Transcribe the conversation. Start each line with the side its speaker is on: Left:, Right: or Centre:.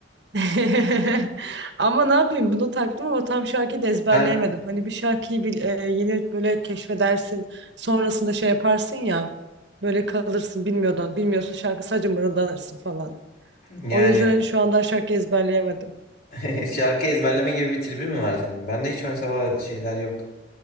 Right: <laughs> Ama ne yapayım bunu taktım ama tam şarkıyı da ezberleyemedim.
Left: <laughs> Kanka,
Right: Hani bir şarkıyı bil, e, yeni böyle keşfedersin sonrasında şey yaparsın ya böyle kalırsın bilmiyordan bilmiyorsun şarkı sadece mırıldanırsın falan.
Left: yani.
Right: O yüzden hani şu anda şarkı ezberleyemedim.
Left: <laughs> Şarkı ezberleme gibi bir tribin mi var senin? Bende hiç mesela şeyler yok.